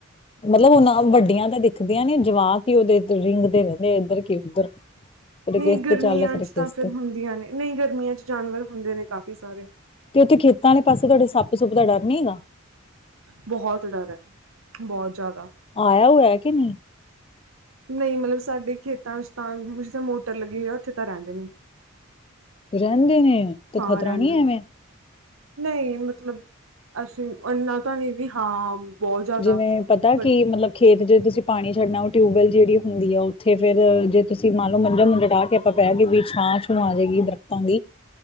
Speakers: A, on the left; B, on the right.
A: ਮਲਬ ਓ ਨਾ ਵੱਡੀਆਂ ਤਾਂ ਦਿਖਦੀਆਂ ਨੇ, ਜਵਾਕ ਈ ਓਦੇ ਰਿੰਗਦੇ ਰੈਂਦੇ ਐੱਧਰ ਕੀ ਉੱਧਰ ਕਦੇ
B: ਨਈ
A: ਕਿਸ
B: ਗਰਮੀਆਂ
A: ਤੇ ਚੱਲ ਰਿਹਾ ਕਦੇ
B: ਚ
A: ਕਿਸ
B: ਤਾਂ ਫੇਰ
A: ਤੇ
B: ਹੁੰਦੀਆਂ ਨੇ, ਨਈ ਗਰਮੀਆਂ ਚ ਜਾਨਵਰ ਹੁੰਦੇ ਨੇ ਕਾਫੀ ਸਾਰੇ
A: ਤੇ ਓਥੇ ਖੇਤਾਂ ਆਲੇ ਪਾਸੇ ਤੋਆਡੇ ਸੱਪ ਸੁੱਪ ਦਾ ਡਰ ਨੀ ਹੈਗਾ।
B: ਬੋਹਤ ਡਰ ਐ, ਬੌਤ ਜੈਦਾ।
A: ਆਇਆ ਹੋਇਆ ਕਿ ਨੀ।
B: ਨਈ ਮਤਲਬ ਸਾਡੇ ਖੇਤਾਂ ਵਿੱਚ ਤਾਂ ਡਿਜੀਟਲ ਮੋਟਰ ਲੱਗੀ ਆ ਓਥੇ ਤਾਂ ਰੈਂਦੇ ਨੇ।
A: ਰੈਂਦੇ ਨੇ, ਤੇ
B: ਹਾਂ
A: ਖਤਰਾ
B: ਰਹਿੰਦੇ
A: ਨੀ
B: ਨੇ।
A: ਐਵੇਂ?
B: ਨਹੀਂ ਮਤਲਬ ਅਸੀ ਅੱਨਾ ਤਾਂ, ਨਈ ਵੀ ਹਾਂ ਬਹੁਤ ਜ਼ਿਆਦਾ
A: ਜਿਵੇਂ ਪਤਾ
B: ਬਟ
A: ਕਿ, ਮਲਬ ਖੇਤ ਜੇ ਤੂਸੀ ਪਾਣੀ ਛੱਡਨੈ ਓ ਟਿਊਬਵੈਲ ਜੇੜੀ ਹੁੰਦੀ ਐ, ਉਥੇ ਫੇਰ ਜੇ ਤੂਸੀ ਮਾੰਨ ਲੋ, ਮੰਜਾ-ਮੁੰਜਾ ਡਾ ਕੇ ਅਪਾਂ ਕੈ ਕੇ ਵੀ ਛਾਂ-ਛੂੰ ਆ ਜੇਗੀ, ਦਰਖਤਾਂ ਦੀ।